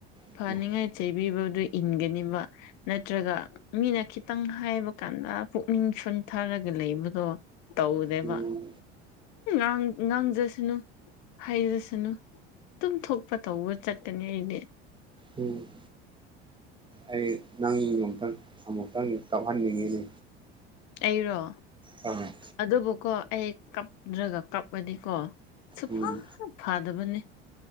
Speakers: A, on the left; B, on the right.
A: ꯐꯅꯤꯉꯥꯏ
B: ꯎꯝ
A: ꯆꯩꯕꯤꯕꯗꯨ ꯏꯟꯒꯅꯤꯕ ꯅꯠꯇ꯭ꯔꯒ ꯃꯤꯅ ꯈꯤꯇꯪ ꯍꯥꯏꯕ ꯀꯥꯟꯗ ꯄꯨꯛꯅꯤꯡ ꯁꯣꯟꯊꯔꯒ ꯂꯩꯕꯗꯣ ꯇꯧꯗꯦꯕ
B: ꯎꯝ
A: ꯎꯝ ꯉꯥꯡꯖꯁꯅꯨ ꯍꯥꯏꯖꯁꯅꯨ ꯑꯗꯨꯝ ꯊꯣꯛꯄ ꯇꯧꯕ ꯆꯠꯀꯅꯤ ꯑꯩꯗꯤ
B: ꯎꯝ ꯑꯩ ꯅꯪ ꯑꯃꯨꯛꯇꯪ ꯑꯃꯨꯛꯇꯪ ꯀꯥꯞꯍꯟꯅꯤꯡꯉꯤꯅꯦ
A: ꯑꯩꯔꯣ
B: ꯎꯝ
A: ꯑꯗꯨꯕꯨꯀꯣ ꯑꯩ ꯀꯞꯗ꯭ꯔꯒ ꯀꯞꯑꯗꯤꯀꯣ ꯁꯨꯐ
B: ꯎꯝ
A: ꯐꯥꯗꯕꯅꯦ